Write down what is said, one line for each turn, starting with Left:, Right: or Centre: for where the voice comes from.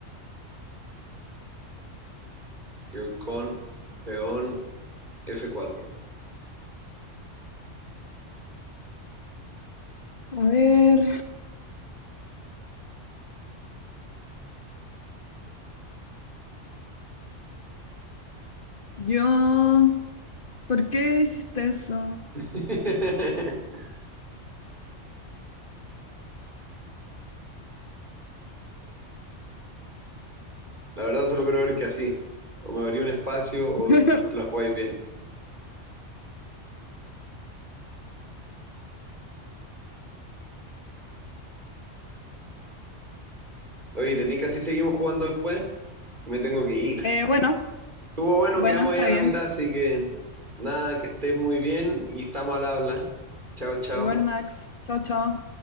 Right: yo con peón F4.
Left: A ver, yo... ¿Por qué hiciste eso?
Right: <laughs> La verdad, solo creo ver que así. O me abrí un espacio
Left: <laughs>
Right: o la jugáis bien. Oye, ¿te tinca si seguimos jugando después? Me tengo que ir.
Left: Eh, bueno,
Right: Estuvo bueno,
Left: bueno,
Right: quedamos
Left: está
Right: ahí a la
Left: bien.
Right: mitad, así que nada, que estés muy bien y estamos al habla. Chao, chao.
Left: Igual, Max. Chao, chao.